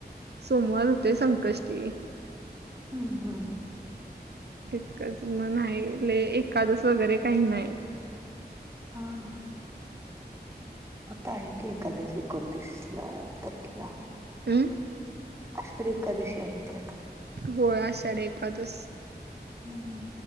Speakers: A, on the right; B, on the right.
A: सोमवार होते संकष्टी
B: हम्म, हम्म, हं.
A: तितकंच मग नाही, लई एकादस वगैरे काही नाही.
B: हा, हा. आता आहे की एखादशी एकोणतीसला तारखेला.
A: अं?
B: आषाढी एखकादशी आहे त्यात.
A: होय आषाढ एकादस
B: हम्म, हम्म.